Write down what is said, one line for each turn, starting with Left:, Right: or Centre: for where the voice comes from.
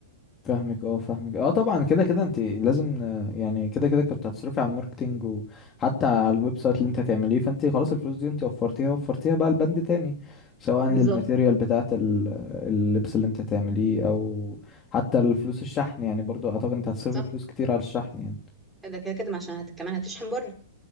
Left: فاهمك اه فاهمك اه طبعا كده كده انت لازم آه، يعني كده كده كنت هتصرفي على الماركتينج وحتى على الويب سايت اللي انت هتعمليه فانت خلاص الفلوس دي انت وفرتيها وفرتيها بقى لبند تاني سواء
Centre: بالظبط
Left: للماتيريال بتاعة ال- اللبس اللي انت هتعمليه او حتى الفلوس الشحن يعني برضو اعتقد انت هتصرفي
Centre: صح
Left: فلوس كتير على الشحن يعني
Centre: ده كده كده ما عشان هت... كمان هتشحن بره